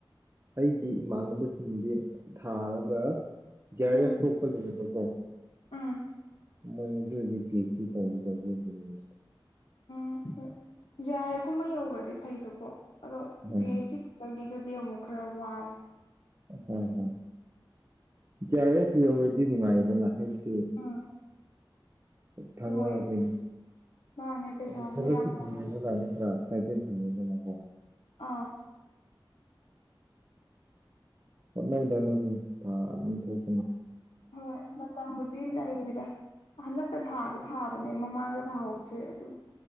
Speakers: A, on the right; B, on the left.
A: ꯑꯩꯒꯤ ꯏꯃꯥꯟꯅꯕꯁꯤꯡꯗꯤ ꯊꯥꯔꯒ ꯌꯥꯏ
B: ꯎꯝ
A: ꯌꯥ ꯊꯣꯛꯣꯛꯄ ꯂꯩꯔꯕꯣ
B: ꯎꯝ
A: ꯃꯣꯏ ꯍꯧꯖꯤꯛ ꯍꯧꯖꯤꯛ ꯐꯤꯁꯇꯤ ꯇꯧꯔ ꯇꯧꯔ ꯍꯧ
B: ꯎ ꯍꯣꯏ ꯖꯦ ꯑꯔ ꯀꯨꯝꯕ ꯌꯧꯕꯗꯤ ꯐꯩꯗꯣꯀꯣ ꯑꯗꯣ
A: ꯎꯝ
B: ꯄꯤ ꯑꯩꯆ ꯗꯤ ꯈꯛꯇꯒꯤꯗꯤ ꯑꯗꯨꯗꯤ ꯑꯃꯨꯛ ꯈꯔ ꯋꯥꯏ
A: ꯍꯝ ꯍꯝ ꯏꯔꯦꯁꯨ ꯌꯧꯔꯗꯤ ꯅꯨꯡꯉꯥꯏꯌꯦꯗꯅ ꯍꯥꯏꯕꯗꯤ
B: ꯎꯝ
A: ꯊꯥꯡꯒꯑ
B: ꯍꯣꯏ
A: ꯀꯩꯅꯣꯒ
B: ꯃꯥꯅꯦ ꯄꯩꯁꯥꯁꯨ ꯌꯥꯝ
A: ꯊꯦꯡꯅꯔ
B: ꯐꯪꯉ
A: ꯂꯥꯛꯅꯤꯗ꯭ꯔꯥ ꯐꯥꯏꯚ ꯇꯦꯟ ꯐꯪꯉꯩꯕꯅ ꯍꯣ
B: ꯑꯥ
A: ꯃꯅ ꯊꯅꯁꯨ ꯊ ꯊꯣꯛ
B: ꯍꯣꯏ ꯃꯝꯕꯗꯤꯗ ꯏꯗ ꯍꯟꯗꯛꯇ ꯊꯥꯗꯤ ꯊꯥꯕꯅꯦ ꯃꯃꯥꯡꯗ ꯊꯥꯍꯧꯗ꯭ꯔꯦ ꯑꯗꯨ